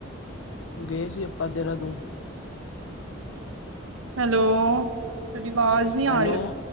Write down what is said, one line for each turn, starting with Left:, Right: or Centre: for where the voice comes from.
Left: ਗਏ ਸੀ ਆਪਾਂ ਦੇਰਾਦੂਨ।
Right: ਹੈਲੋ ਤੁਹਾਡੀ ਆਵਾਜ਼ ਨੀ
Left: ਹੈਲੋ
Right: ਆ ਰੀ ਲੱਗ